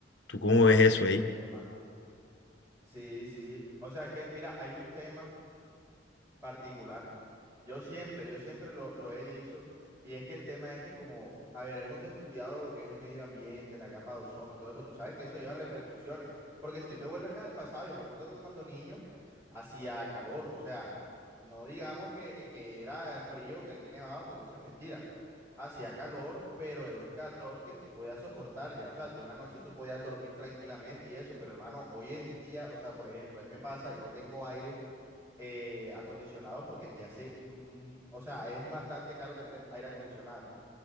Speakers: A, on the left (about 70°); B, on the right (about 15°).
A: ¿Tú cómo ves eso
B: Sí,
A: ahí?
B: hermano. Sí, sí. O sea, es que, mira, hay un tema. particular. Yo siempre, yo siempre lo, lo he dicho, y es que el tema es que como, a ver, hemos descuidado lo que es el medio ambiente, la capa de ozono, todo eso, tú sabes que eso lleva repercusiones, porque si tú te vuelves al pasado, yo me acuerdo que cuando niño hacía calor, o sea, no digamos que, que era frío, que aquí nevaba, porque eso es mentira, hacía calor, pero era un calor que tú podías soportar ya, o sea, tú en la noche tú podías dormir tranquilamente y eso, pero hermano, hoy en día, o sea, por ejemplo, ahí me pasa, yo no tengo aire eh, acondicionado porque aquí hace, mm, o sea, es bastante caro tener aire acondicionado.